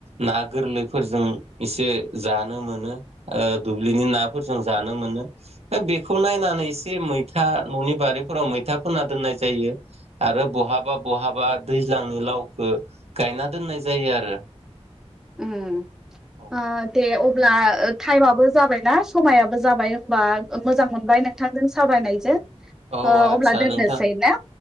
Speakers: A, on the right; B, in the centre.
A: ना गोरलैफोरजों एसे जानो मोनो ओ दुब्लिनि नाफोरजों जानो मोनो बेखौ नायनानै एसे मैथा ननि बारिफोराव मैथा फोना दोननाय जायो आरो बहाबा बहाबा दैज्लांनि लावखो गायना दोननाय जायो आरो
B: उम
A: औ
B: आ दे अ अब्ला टाइमाबबो जाबायना समायाबो जाबाय होनोमबा मोजां मोनबाय नोंथांजों सावरायनायजों
A: औ
B: ओ
A: आस्सा
B: अब्ला दोननोसै
A: नोंथां
B: ना